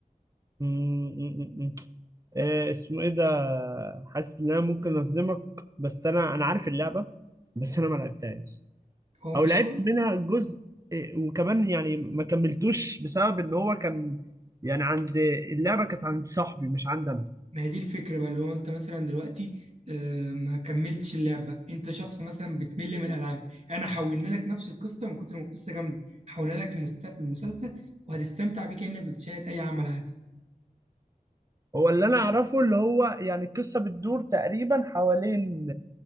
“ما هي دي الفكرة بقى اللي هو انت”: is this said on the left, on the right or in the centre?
Right